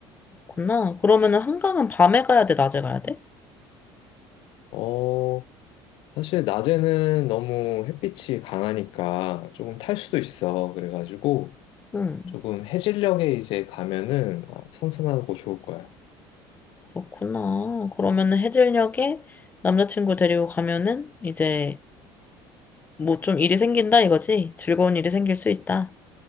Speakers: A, on the left; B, on the left.
A: 그렇구나. 그러면은 한강은 밤에 가야 돼, 낮에 가야 돼?
B: 어, 사실 낮에는 너무 햇빛이 강하니까 조금 탈 수도 있어. 그래가지고
A: 음,
B: 조금 해질녘에 이제 가면은 아, 선선하고 좋을 거야.
A: 그렇구나. 그러면은 해질녘에 남자친구 데리고 가면은 이제 뭐 좀 일이 생긴다 이거지? 즐거운 일이 생길 수 있다.